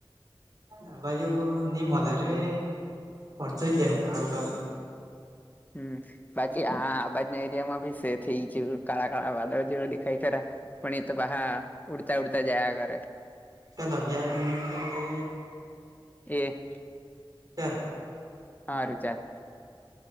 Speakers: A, on the right; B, on the left.
A: આ બાજુ ની મલે રે <inaudible> અર્ધ જ દેખો કાળું કાળુ
B: હમ. બાકી આ આબાજ ના એરિયા માં ભી સે થ‌ઇ થઈ ગયું કા કળા વાદળો જેવ દેખાય ખરા‌. પણ એ તો બહા ઉડતા ઉડતા જયા કરે.
A: તલ અંગ્યાર મિનટ થ‌ઈ ગ‌ઇ.
B: એ.
A: તે.
B: હા રુચાર.
A: હા.